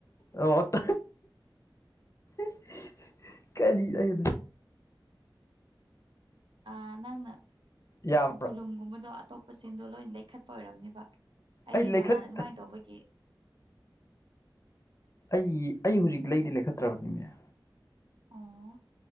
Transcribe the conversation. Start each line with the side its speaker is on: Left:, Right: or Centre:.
Left: ꯑꯣꯑꯣ <unintelligible> <unintelligible> ꯀꯔꯤ ꯑꯩꯅ
Right: ꯑ ꯅꯪꯅ
Left: ꯌꯥꯕ꯭ꯔꯥ
Right: ꯕꯨꯂꯨꯝꯒꯨꯝꯕꯗꯣ ꯑꯇꯣꯞ ꯄꯥꯁꯤꯡꯗꯣ ꯂꯣꯏꯅ ꯂꯩꯈꯠꯄ ꯑꯣꯏꯔꯝꯅꯤꯕ ꯑꯩꯗꯤ
Left: ꯑꯩ ꯂꯩꯈꯠ
Right: ꯅꯍꯥꯟ ꯑꯗꯨꯃꯥꯏꯅ ꯇꯧꯕꯒꯤ
Left: ꯑꯩꯢ ꯑꯩ ꯍꯧꯖꯤꯛ ꯂꯩꯗꯤ ꯂꯩꯈꯠꯇ꯭ꯔꯕꯅꯤꯅꯦ
Right: ꯑꯣ